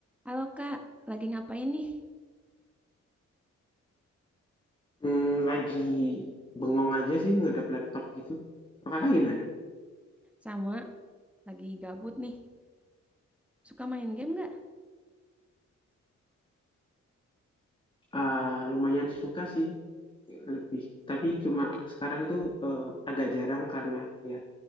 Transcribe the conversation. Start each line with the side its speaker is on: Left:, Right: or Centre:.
Centre: Halo Kak, lagi ngapain nih?
Left: Hmm, lagi bengong aja sih ngedap laptop gitu. Kalau Kakak gimana?
Centre: Sama, lagi gabut nih. Suka main game nggak?
Left: Ah, lumayan suka sih lebih, tapi cuma sekarang itu eh, agak jarang karena ya